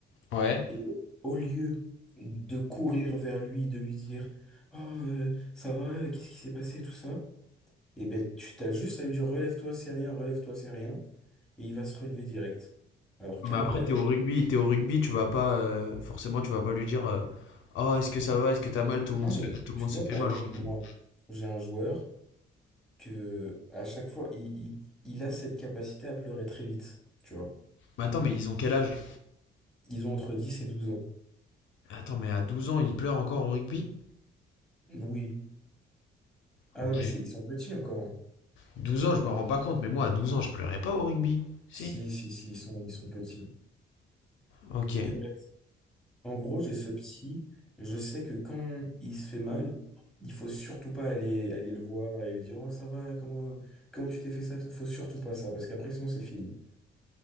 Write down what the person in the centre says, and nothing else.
Et au lieu de courir vers lui, de lui dire, oh, euh, ça va, qu'est-ce qui s'est passé, tout ça. Et ben, tu t'as juste à lui dire relève-toi, c'est rien, relève-toi, c'est rien, et il va se relever direct. Alors qu'à
l'inverse,
non
mais
tu
vois
par
exemple
moi, j'ai un joueur que à chaque fois il, il, il a cette capacité à pleurer très vite, tu vois.
Ils ont entre 10 et 12 ans.
Oui. Ah
non mais c'est ils sont petits encore. hein.
Si si si ils sont ils sont petits.
Et bref. En gros, j'ai ce psy. Je sais que quand il se fait mal, il faut surtout pas aller, aller le voir et lui dire Oh, ça va, comment, comment tu t'es fait ça? toi Faut surtout pas ça, parce qu'après, sinon, c'est fini.